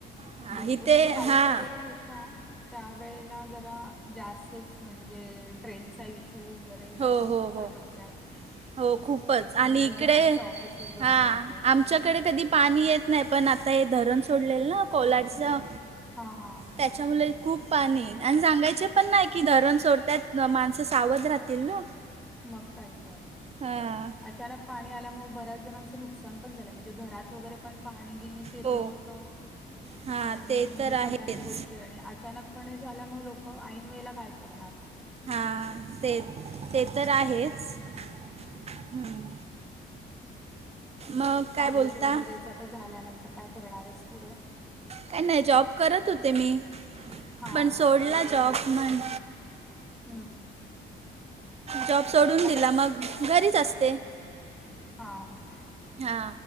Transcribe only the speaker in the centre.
भरपूर
म्हणजे पाऊस
वगैरे होत त्या वळेला जरा जास्तच म्हणजे ट्रेनचा इशू वगैरे
सगळ्या गोष्टी
चालू होत्या.
बऱ्याच
जणांचे ऑफिसेस बंद
होते.
हां हां.
मग काय तर
अचानक पाणी आल्यामुळे बऱ्याच जणांच नुकसान पण झालं म्हणजे घरात वगैरे पण पाणी गेश शिरलं
होतं
आणि
म्हणजे
सगळ्याच
गोष्टी ची आणि अचानकपणे झाल्यामुळे लोकं ऐन वेळेला काय करणार.
कॉलेज
वगैरे जत झाल्यानंतर काय करणार आहेस पुढे?
हां.
हम्म.
काय
हा हा.